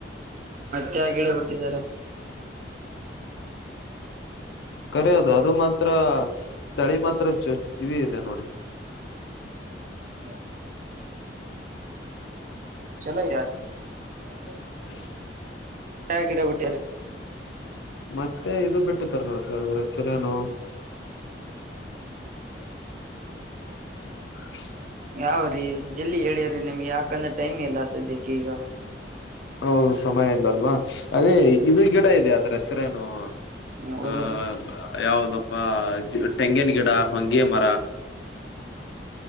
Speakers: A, on the right; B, on the left.
A: ತ್ಯ ಗಿಡ ಬಿಟ್ಟಿದ್ದಾರೆ.
B: ಕರಿ ಅದು ಅದು ಮಾತ್ರ ತಳಿ ಮಾತ್ರ ಇದ. ಇ ನೋಡಿ.
A: ಹ ಚಲೋ ಯಾತ್
B: <inaudible>
A: ಹ ಗಿಡ ಬಟ್ಟಿಯಾರೆ.
B: ಮತ್ತೆ ಇದು ಬಿಟ್ಟತಾರ ನೋಡ್ರಿ ಅದ್ರ ಸರನು. <inaudible>
A: ಯಾವ್ರೀ ಎಲ್ಲಿ ಎ್ಯ್ರಿ ನಿಮ್ಗೆ ಯಾಕಂದ್ರೆ ಟೈಮ್ ಎಲ್ಲ ಸಧ್ಯ್ಯಕ್ಕೆ ಈಗ
B: ಹೌದು ಸಮಯ ಇಲ್ಲ ಅಲ್ವಾ. ಅದೇ ಇದು ಗಿಡ ಇದೆ ಅದ್ರ ಹೆಸರೇನು
A: ನೀವ್ ಹೋದ್ರ
B: ಆಹ ಯಾವದ. ಅ ತೆಂಗನ್ ಗಿಡ ಹೊಂಗಗೆ ಮರ.